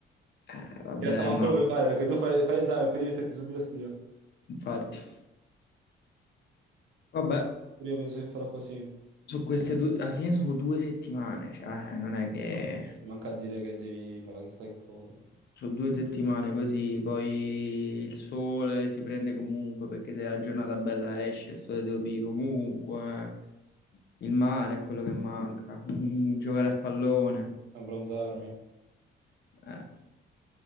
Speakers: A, on the left; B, on the right.
A: Eh, vabbè,
B: In realtà manco
A: ma
B: lo puoi fare perché tu fai, fai l'esame e poi devi metterti subito a studiare.
A: infatti, vabbè.
B: Io penso che farò così.
A: Su queste due, alla fine sono due settimane, cioè eh, non è che
B: Ah, boh. Mi Manca a dire che devi fare chissà che cosa.
A: sono due settimane così, poi il sole si prende comunque perché se la giornata bella esce, il sole devo pì comunque, eh. il mare è quello che manca, Mm, giocare a pallone,
B: Abbronzarmi.
A: eh,